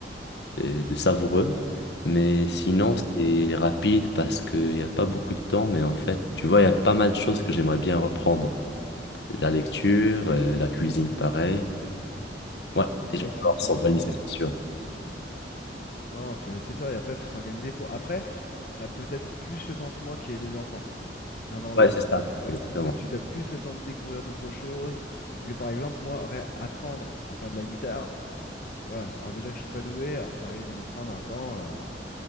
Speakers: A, on the left; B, on the left.
A: euh, de savoureux. Mais sinon,
B: <laughs>
A: c'est rapide parce qu'il n'y a pas beaucoup de temps. Mais en fait, tu vois, il y a pas mal de choses que j'aimerais bien reprendre. La lecture, euh, la cuisine, pareil. Ouais,
B: Ah
A: et je
B: oui,
A: vais
B: c'est
A: falloir
B: important.
A: s'organiser, c'est
B: hein.
A: sûr.
B: Non, c'est c'est ça. Et après, il faut s'organiser pour. Après, t'as peut-être plus le temps que moi qui ai des enfants, l'un dans l'autre,
A: Ouais, c'est ça,
B: tu vois.
A: exactement.
B: T'as, tu t'as plus le temps de découvrir d'autres choses. Parce que par exemple, moi, ré- apprendre à faire de la guitare. Voilà, alors déjà que je suis pas doué, alors ça risque de me prendre un temps. euh,